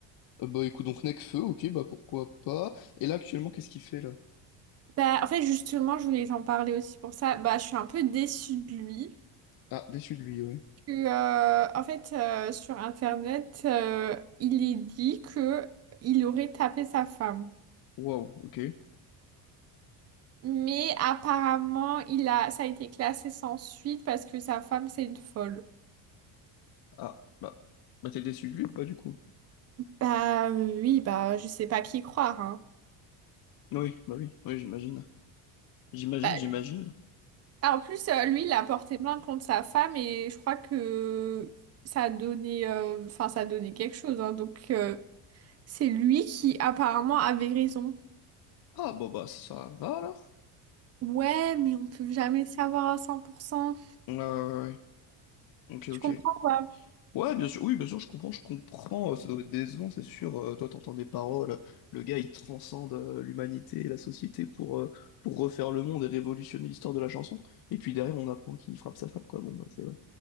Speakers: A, on the left; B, on the right.
A: Euh, bah écoute, donc Nekfeu, ok, bah pourquoi pas. Et là actuellement, qu'est-ce qu'il fait là?
B: Bah en fait justement je voulais t'en parler aussi pour ça. Bah je suis un peu déçue de lui.
A: Ah, déçu de lui, ouais.
B: Que, euh, en fait euh, sur internet euh, il est dit que il aurait tapé sa femme.
A: Waouh, ok.
B: Mais apparemment il a ça a été classé sans suite parce que sa femme c'est une folle.
A: Ah, bah, bah t'es déçu de lui ou pas du coup?
B: Bah oui, bah je sais pas qui croire, hein.
A: Oui, bah oui, oui, j'imagine. J'imagine,
B: Bah,
A: j'imagine.
B: ah, en plus, euh, lui, il a porté plainte contre sa femme et je crois que ça a donné, euh, enfin, ça a donné quelque chose, hein. Donc, euh, c'est lui qui apparemment avait raison.
A: Ah, bah bah ça va alors?
B: Ouais, mais on peut jamais savoir à cent pour cent
A: Ouais, ouais, ouais. ok, ok.
B: Tu comprends quoi?
A: Ouais, bien sûr, oui, bien sûr, je comprends, je comprends. Euh, Ça doit être décevant, c'est sûr. Euh, toi, t'entends des paroles. Le gars, il transcende euh, l'humanité et la société pour, euh, pour refaire le monde et révolutionner l'histoire de la chanson. Et puis derrière, on apprend qu'il frappe sa femme, quoi. Bon, bah c'est ouais.